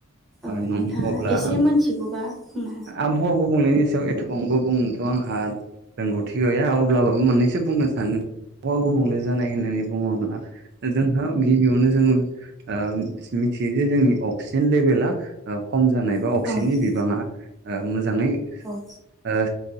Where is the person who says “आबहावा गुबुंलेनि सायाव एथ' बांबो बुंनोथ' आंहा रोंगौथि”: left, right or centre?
Right